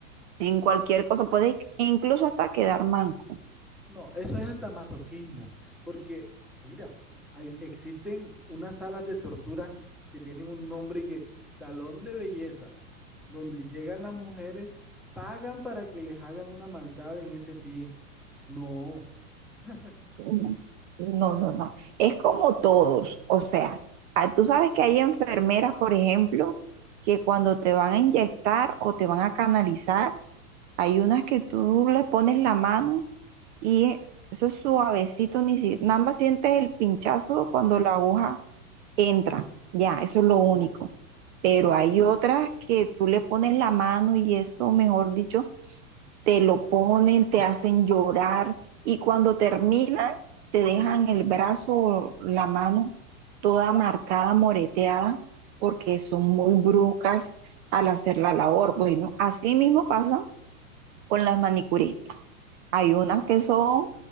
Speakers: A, on the right; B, in the centre.
A: en cualquier cosa, puede incluso hasta quedar manco.
B: No, eso es hasta masoquismo, porque mira, hay- existen unas salas de tortura que tienen un nombre y que salón de belleza, donde llegan las mujeres, pagan para que les hagan una maldad en ese pie. No. <laughs>
A: No, no, no. no. Es como todos. O sea, ah, tú sabes que hay enfermeras, por ejemplo, que cuando te van a inyectar o te van a canalizar, hay unas que tú le pones la mano y eso es suavecito, ni si, nada más sientes el pinchazo cuando la aguja entra. Ya, eso es lo
B: Ajá.
A: único. Pero hay otras que tú le pones la mano y eso, mejor dicho, te lo ponen, te hacen llorar y cuando terminan te dejan el brazo o la mano toda marcada, moreteada, porque son muy bruscas al hacer la labor. Bueno, así mismo pasa con las manicuristas. Hay unas que son